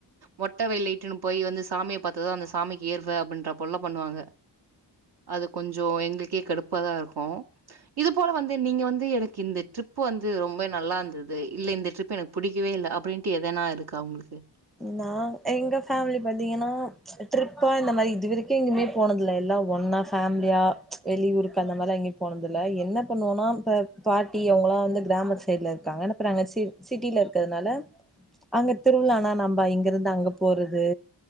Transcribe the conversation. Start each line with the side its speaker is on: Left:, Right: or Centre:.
Right: மொட்ட வெயில்லா இட்டுன்னு போய் வந்து சாமியா பாத்துதா சாமிக்கு ஏர்வ அப்டின்ற போலல்லா பண்ணுவாங்க அது கொஞ்ச எங்களுக்கே கடுப்ப தா இருக்கோ இது போல வந்து நீங்க வந்து எனக்கு இந்த ட்ரிப்பு வந்து ரொம்ப நல்லா இருந்தது இ இல்ல இந்த ட்ரிப்பு எனக்கு புடிக்கவே இல்ல அப்டின்ட்டு எதனா இருக்கா உங்களுக்கு <unintelligible>
Centre: நா எங்க ஃபேமிலி பாத்தீங்கன்னா ட்ரிப்பா இந்த மாரி இதுவரைக்கு எங்கயுமே போனதில்லா எல்லா ஒன்னா ஃபேமிலியா வெளியூருக்கு அந்த மாறி லா எங்கயு போனதில்ல என்ன பண்ணுவோம்னா இப்ப பாட்டி அவுங்களாம் வந்து கிராம சைடுல இருக்காங்கற அங்க சிட்டியல இருக்கறதுனால அங்க திருவிழானா நம்ப இங்கிருந்து அங்க போறது